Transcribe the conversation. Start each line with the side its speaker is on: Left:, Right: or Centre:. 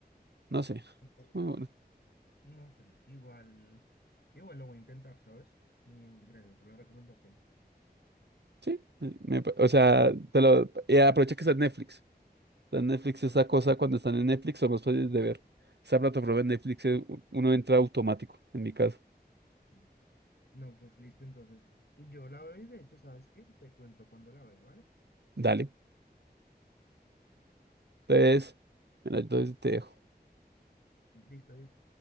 Right: No sé.
Left: No
Right: Muy bueno.
Left: no sé, igual, igual lo voy a intentar, ¿sabes? Y gracias por la recomendación.
Right: Sí. eh, me pa- o sea, te lo, y aprovecha que está en Netflix. Está en Netflix esa cosa cuando están en Netflix son más fáciles de ver. Esa plataforma de Netflix eh, uno entra automático, en mi caso.
Left: Mm. No, pues listo, entonces yo la veo y de hecho, ¿sabes qué? Te cuento cuando la veo, ¿vale?
Right: Dale. Entonces, bueno, entonces te dejo.
Left: Listo, es.